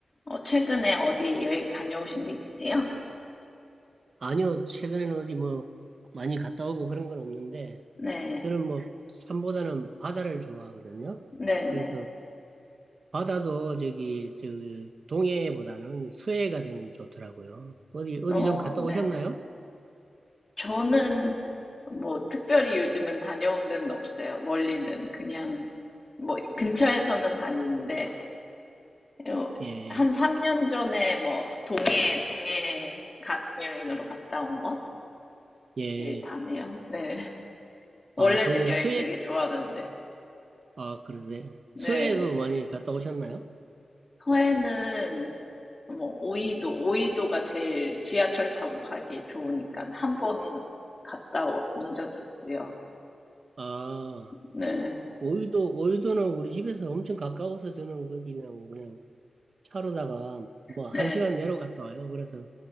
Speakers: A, on the left; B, on the right.
A: 어, 최근에 어디 여행 다녀오신 데 있으세요?
B: 아니요, 최근에는 어디 뭐 많이 갔다 오고 그런 건 없는데,
A: 네,
B: 저는 뭐 산보다는 바다를 좋아하거든요.
A: 네네.
B: 그래서 바다도 저기, 저 그 동해보다는 서해가 저는 좋더라고요. 어디, 어디
A: 어,
B: 좀 갔다
A: 네.
B: 오셨나요?
A: 저는 뭐 특별히 요즘은 다녀온 데는 없어요. 멀리는 그냥 뭐 근처에서는 다니는데 어,
B: 예,
A: 한 3년 전에 뭐 동해 동해 가족 여행으로 갔다 온 것이
B: 예.
A: 다네요. 네. 원래는
B: 아, 동해,
A: 여행
B: 서해,
A: 되게 좋아하는데.
B: 아, 그러네.
A: 네.
B: 서해도 많이 갔다 오셨나요?
A: 서해는 뭐 오이도, 오이도가 제일 지하철 타고 가기 좋으니까 한 번 갔다 온 적 있고요.
B: 아,
A: 네,
B: 오이도, 오이도는 우리 집에서 엄청 가까워서 저는 거기 그냥, 그냥 차로다가 뭐
A: 네,
B: 한 시간 내로 갔다 와요. 그래서